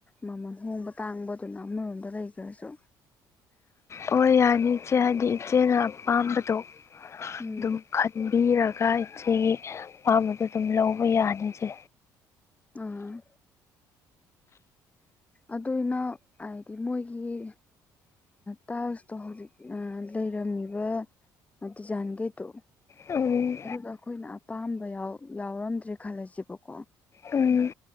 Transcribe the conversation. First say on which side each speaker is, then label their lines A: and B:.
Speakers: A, on the left; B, on the left.
A: ꯃꯃꯜ ꯍꯣꯡꯕ ꯇꯥꯡꯕꯗꯨꯅ ꯑꯃꯔꯣꯝꯗ ꯂꯩꯈ꯭ꯔꯁꯨ
B: ꯑꯣ ꯌꯥꯅꯤ ꯏꯆꯦ ꯍꯥꯏꯗꯤ ꯏꯆꯦꯅ ꯑꯄꯥꯝꯕꯗꯣ ꯑꯗꯨꯝ
A: ꯎꯝ
B: ꯈꯟꯕꯤꯔꯒ ꯏꯆꯦꯒꯤ ꯑꯄꯥꯝꯕꯗꯣ ꯑꯗꯨꯝ ꯂꯧꯕ ꯌꯥꯅꯤꯁꯦ
A: ꯎꯝ ꯑꯗꯨꯅ ꯍꯥꯏꯗꯤ ꯃꯣꯏꯒꯤ ꯇꯥꯖꯇꯣ ꯍꯧꯖꯤꯛ ꯂꯩꯔꯝꯃꯤꯕ ꯃꯗꯨꯖꯥꯡꯒꯦ ꯇ
B: ꯎꯝ
A: ꯑꯗꯨꯗꯣ ꯑꯩꯈꯣꯏꯅ ꯑꯄꯥꯝꯕ ꯌꯥꯎꯔꯝꯗ꯭ꯔꯦ ꯈꯜꯂꯁꯦꯕꯀꯣ
B: ꯎ